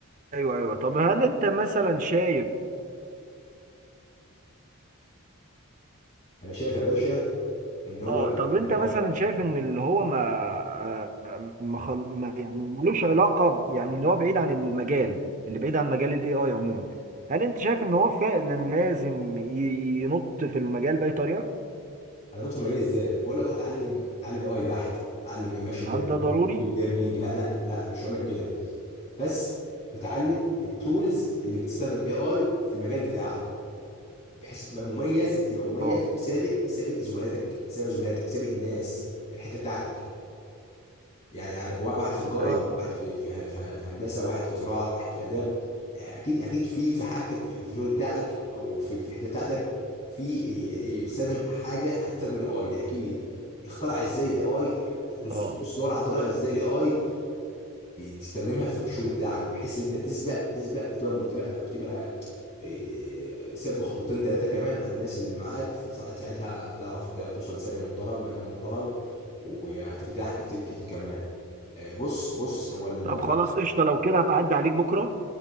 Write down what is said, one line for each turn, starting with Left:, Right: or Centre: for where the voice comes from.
Right: ايوه ايوه طب هل انت مثلا شايف
Left: انا شايف يا باشا ان هو
Right: اه طب انت
Left: هو
Right: مثلا
Left: اه
Right: شايف ان اللي هو ما آه، ما, خل... ما يعني ملوش علاقه ب- يعني اللي هو بعيد عن المجال اللي بعيد عن مجال الاي اي عموما هل انت شايف ان هو فعلا لازم ي- ينط في المجال باي طريقه
Left: هندخل المجال ازاي مش بقول لك روح اتعلم اتعلم اي اي بحت اتعلم ايه ماشين ليرنينج
Right: هل ده ضروري
Left: ديب ليرنينج لا لا لا مش هقول لك كده بس اتعلم التولز اللي بتستخدم اي اي في المجال بتاعك بحيث تبقى مميز تبقى مميز
Right: اه
Left: وسابق سابق زملاتك سابق زملاتك سابق الناس في الحته بتاعتك يعني يعني وا- واحد في تجاره
Right: ايوه
Left: واحد في في في في هندسه واحد في زراعه واحد في اداب يعني اكيد اكيد في في حاجتك في في الشغل بتاعك او في في الحته بتاعتك في إيه- إيه بتستخدم حاجه هتستخدم الاي اي ده اكيد اخترع ازاي الاي اي بص
Right: اه
Left: بص دور على طريقه ازاي الاي اي تستخدمها في الشغل بتاعك بحيث ان انت تسبق تسبق وتبقى وتبقى وتبقى إيه، سابق خطوتين ثلاثه كمان عن الناس اللي معاك فساعتها هتعرف توصل لسعر محترم مكان محترم وهترتاح كتير كتير كمان آه، بص بص هو الموضوع
Right: طب خلاص قشطه لو كده هبقى اعدي عليك بكره